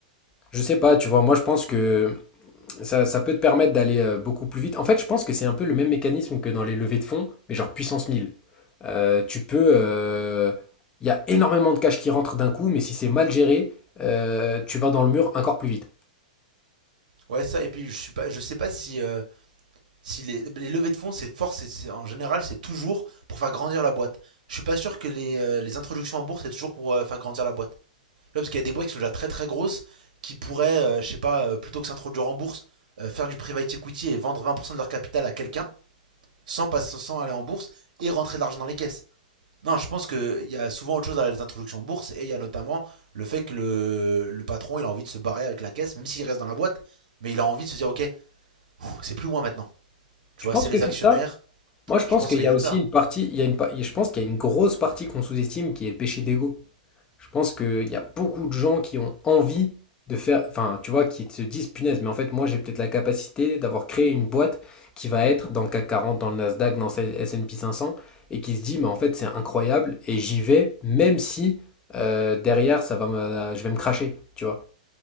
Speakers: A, on the left (about 20°); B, on the right (about 75°).
A: je sais pas, tu vois, moi je pense que Ça, ça peut te permettre d'aller euh, beaucoup plus vite. En fait, je pense que c'est un peu le même mécanisme que dans les levées de fonds, mais genre puissance 1000. Euh, tu peux. euh, Il y a énormément de cash qui rentre d'un coup, mais si c'est mal géré, euh, tu vas dans le mur encore plus vite.
B: Ouais, ça. Et puis, je suis pas, je sais pas si, euh, si les, les levées de fonds, c'est fort. c'est- c'est- en général, c'est toujours pour faire grandir la boîte. Je suis pas sûr que les, euh, les introductions en bourse, c'est toujours pour euh, faire grandir la boîte. Tu vois, parce qu'il y a des boîtes qui sont déjà très très grosses qui pourraient, euh, je sais pas, euh, plutôt que s'introduire en bourse, euh, faire du private equity et vendre 20% de leur capital à quelqu'un sans, pas- sans aller en bourse et rentrer de l'argent dans les caisses. Non, je pense qu'il y a souvent autre chose derrière les introductions en bourse et il y a notamment le fait que le, le patron il a envie de se barrer avec la caisse, même s'il reste dans la boîte, mais il a envie de se dire ok, pff, c'est plus moi maintenant. Tu
A: Tu
B: vois,
A: penses
B: c'est les
A: que c'est
B: actionnaires.
A: ça? Moi, je pense
B: Je pense
A: qu'il
B: qu'il
A: y
B: y
A: a
B: a de
A: aussi
B: ça.
A: une partie, il y a une, pa- je pense qu'il y a une grosse partie qu'on sous-estime qui est le péché d'ego. Je pense qu'il y a beaucoup de gens qui ont envie de faire, enfin, tu vois, qui se disent, punaise, mais en fait, moi, j'ai peut-être la capacité d'avoir créé une boîte qui va être dans le CAC 40, dans le Nasdaq, dans le S&P 500, et qui se dit, mais en fait, c'est incroyable, et j'y vais, même si euh, derrière, ça va me- je vais me cracher, tu vois.